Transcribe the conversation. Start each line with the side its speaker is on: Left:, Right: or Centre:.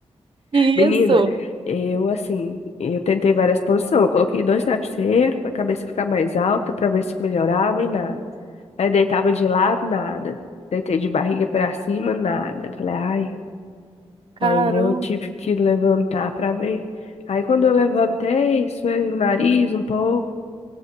Right: <laughs> Isso.
Left: Menina, eu assim, eu tentei várias posições. Eu coloquei dois travesseiros para a cabeça ficar mais alta, para ver se melhorava e nada. Aí deitava de lado, nada. Deitei de barriga para cima, nada. Falei, ai.
Right: Caramba.
Left: Aí eu tive que levantar para ver. Aí quando eu levantei, suei o nariz um pouco.